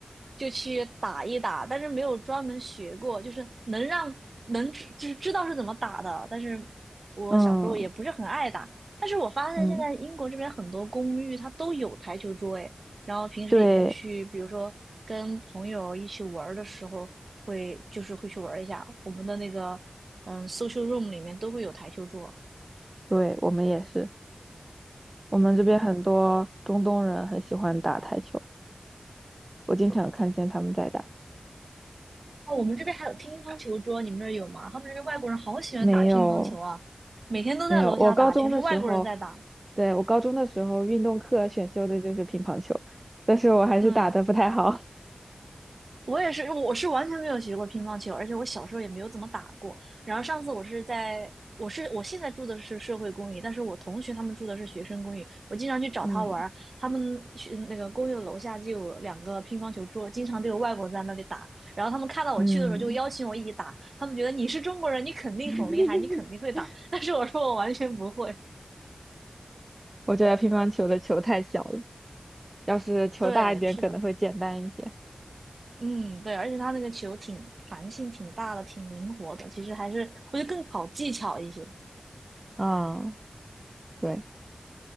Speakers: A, on the right; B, on the right.
A: 就去打一打，但是没有专门学过，就是能让能知就是知道是怎么打的，但是我小时候也不是很爱打，
B: 嗯
A: 但是我发现现在英国这边很多公寓它都有台球桌，
B: 嗯，
A: 哎，然后平时也会去，
B: 对
A: 比如说跟朋友一起玩儿的时候。会就是会去玩一下。我们的那个嗯 social room 里面都会有台球桌。
B: 对，我们也是，我们这边很多中东人很喜欢打台球，我经常看见他们在打。
A: 哦，我们这边还有乒乓球桌，你们那儿有吗？他们这边外国人好喜欢打乒乓球啊，
B: 没有。
A: 每天都在楼下打，
B: 没有，我高中的时候，
A: 全是外国人在打。
B: 对，我高中的时候运动课选修的就是乒乓球，但是我还是打得不太好。
A: 嗯。我也是，我是完全没有学过乒乓球，而且我小时候也没有怎么打过。然后上次我是在，我是我现在住的是社会公寓，但是我同学他们住的是学生公寓。我经常去找他玩儿，
B: <laughs> 嗯
A: 他们学那个公寓的楼下就有两个乒乓球桌，经常都有外国人在那里打。然后他们看到我去的时候就邀请我一起打，
B: 嗯，
A: 他们觉得你是中国人，你肯定很厉害，
B: <laughs>
A: 你肯定会打。<laughs> 但是我说我完全不会。
B: 我觉得乒乓球的球太小了，要是球大一点可能会简单一些。
A: 对，是的，嗯，对，而且他那个球挺弹性挺大的，挺灵活的，其实还是我觉得更考技巧一些。
B: 啊，对，